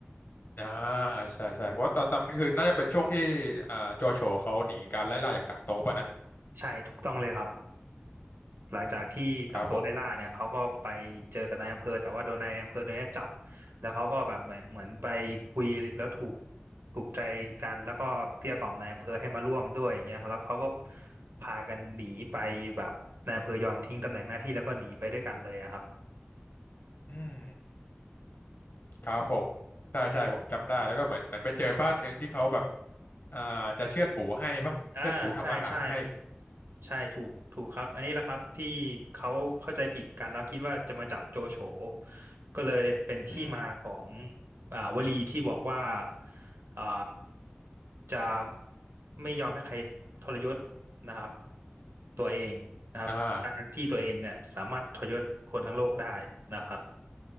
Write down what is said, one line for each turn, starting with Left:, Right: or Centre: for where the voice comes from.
Left: อ่าใช่ใช่เพราะว่าตอนตอนนั้นคือน่าจะเป็นช่วงที่อ่าโจโฉเขาหนีการไล่ล่าจากต่างโต๊ะป่ะนะ
Right: ใช่ถูกต้องเลยครับ หลังจากที่ต่างตัวไล่ล่าเนี่ยเขาก็ไปเจอกับนายอำเภอแต่ว่าโดนนายอำเภอตัวเนี้ยจับ
Left: อืมครับผม
Right: แล้วเขาก็แบบเหมือนเหมือนไปคุยแล้วถูกถูกใจกันแล้วก็เกลี้ยกล่อมนายอำเภอให้มาร่วมด้วยอย่างเงี้ยแล้วเขาก็พากันหนีไปแบบนายอำเภอยอมทิ้งตำแหน่งหน้าที่แล้วก็หนีไปด้วยกันเลยอะครับ
Left: อืม ครับผมใช่ใช่ผมจำได้แล้วก็เหมือนเหมือนไปเจอบ้านหนึ่งที่เขาแบบอ่าจะเชือดหมูให้ปะเชือดหมูทำอาหารให้
Right: อ่าใช่ใช่ ใช่ถูกถูกครับอันนี้แหละครับที่เขาเข้าใจผิดกันแล้วคิดว่าจะมาจับโจโฉก็เลยเป็นที่มาของ
Left: อืม
Right: อ่าวลีที่บอกว่าอ่าจะไม่ยอมให้ใครทรยศนะครับตัวเองนะครับทั้งที่ตัวเองเนี่ยสามารถทรยศคนทั้งโลกได้นะครับ
Left: อ่า